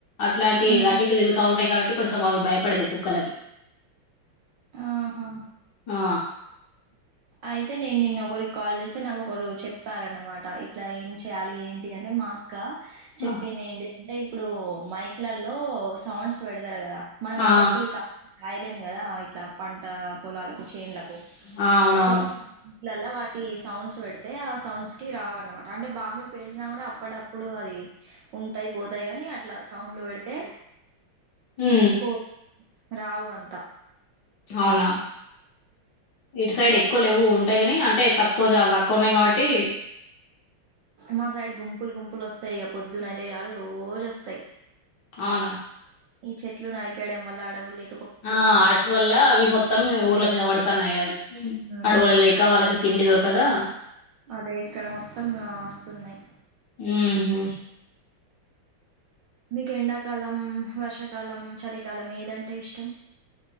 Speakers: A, on the left; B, on the right.
A: అట్లాంటి
B: హ్మ్
A: అటు ఇటు తిరుగుతా ఉంటాయి కాబట్టి టీ కొంచెం అవి భయపడతాయి కుక్కలకి
B: ఆహా
A: ఆ
B: అయితే నేను నిన్న ఒకరికి కాల్ చేస్ తే నాకు ఒకరు చెప్పారన్నమాట ఇట్లా ఏం చేయాలి ఏంటి అంటే మా ఇంకా చెప్పింది
A: ఆ
B: ఏంటి అంటే ఇప్పుడు మైక్లల్లో సౌండ్స్ పెడతరు కదా మనం
A: ఆ
B: ఎప్పటికీ కా కాయలేం కదా ఇట్లా పంట పొలాలు చేన్లకు
A: ఆ, అవునవును
B: సో వీలల్ల వాటి సౌండ్స్ పెడితే ఆ సౌండ్స్ కి రావన్నమాట అంటే బాంబులు పేల్చిసనా కూడా అప్పుడప్పుడు అది ఉంటయి పోతయి కాని అట్లా సౌండ్లు పెడితే
A: హ్
B: పో రావు అంత
A: అవునా ఇటు సైడ్ ఎక్కువ లేవు ఉ ఉంటాయి ని అంటే తక్కువ చాలా తక్కువ ఉన్నాయి కాబట్టి
B: మా సైడ్ గుంపులు గుంపులు వస్తాయి ఇక పొద్దున అయితే చాలు రోజు వస్తాయి
A: అవునా
B: ఈ చెట్లు నరికేయడం వల్ల అడవు లే
A: ఆ అటువల్ల అవి మొత్తం ఊర్ల మీద పడుతున్నాయి అవి
B: హ్మ్.
A: అడవుల లేక వాళ్ళకి తిండి దొరకగా
B: అదే ఇక్కడ మొత్తం వస్తున్నాయి
A: ఉహు
B: మీకు ఎండాకాలం వర్షాకాలం చలికాలం ఏదంటే ఇష్టం